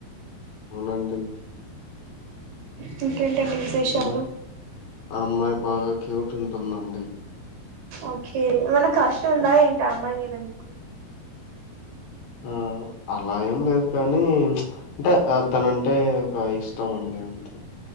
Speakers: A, on the left (about 70°); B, on the right (about 80°).
A: అవునండి
B: ఉ ఇంకేంటండి విశేషాలు
A: అమ్మాయి ఆ అమ్మాయి బాగా క్యూట్ ఉంటుందండి
B: ఓకే ఇవ్వాళా క్రష్ ఉందా ఏంటి ఆ అమ్మాయి మీద నీకు
A: ఆ అలా ఏం లేదు కానీ ప్చ్ అంటే అతనంటే ఒక ఇష్టం అండి అంతే